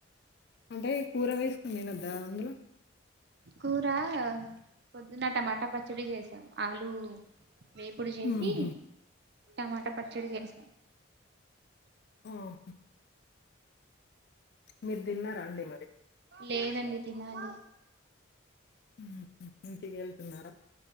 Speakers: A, on the left; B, on the right.
A: అంటే కూర వేసుకుంది తినద్దా అందులో
B: కూర పొద్దున్న టమాటా పచ్చడి చేసాం ఆలు వేపుడు చేసి
A: ఊహు.
B: టమాటా పచ్చడి చేస
A: ఆహ మీరు తిన్నారా అండి మరి
B: లేదండి తినాలి
A: హ్మ్ హు ఇంటికి వెళ్తున్నారా